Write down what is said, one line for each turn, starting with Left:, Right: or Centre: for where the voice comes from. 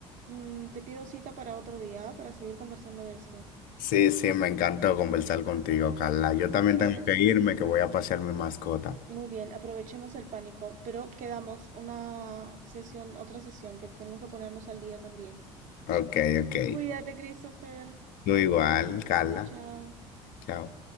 Right: mm, te pido cita para otro día ¿ah? para seguir conversando de esto.
Left: Sí, sí, me encantó conversar contigo, Carla. Yo
Right: Súper.
Left: también tengo que irme, que voy a pasear mi mascota.
Right: Muy bien, aprovechemos el pánico, pero quedamos una sesión, otra sesión que tenemos que ponernos al día también.
Left: Ok, ok.
Right: Cuídate, Christopher.
Left: Tú igual, Carla.
Right: Chao, chao.
Left: Chao.